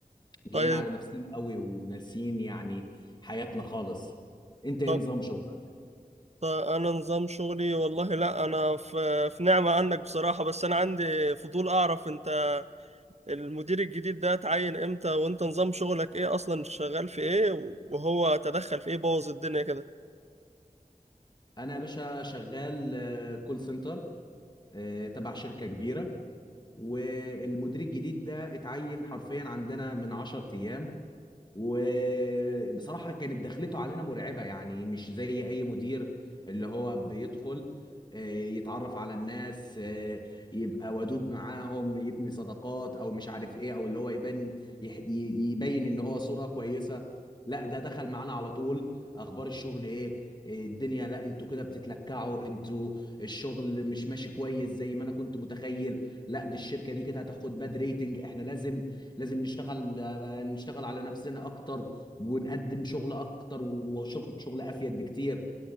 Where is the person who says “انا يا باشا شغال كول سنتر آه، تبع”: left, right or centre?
Left